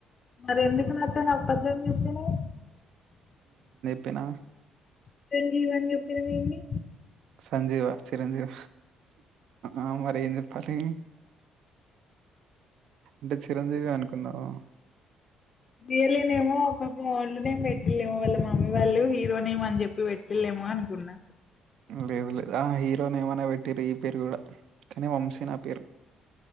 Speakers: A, on the left; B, on the right.
A: మరి ఎందుకు నాతోని అబద్ధం చెప్పినవ్
B: తినా
A: చిరంజీవి అని చెప్పినవ్ ఏంది
B: సంజీవ చిరంజీవ ఆ మరి ఏం చెప్పాలి అంటే చిరంజీవి అనుకున్నావా
A: రియల్ నేమో పాపం ఓల్డ్ నేమ్ పెట్లేమో వాళ్ళ మమ్మీ వాళ్ళు ని అని చెప్పి పెట్టిల్లేమో అనుకున్నా
B: లేదు లేదు ఆ హీరో నేమ్ అనే పెట్టిరు ఈ పేరు కూడా కానీ వంశీ నా పేరు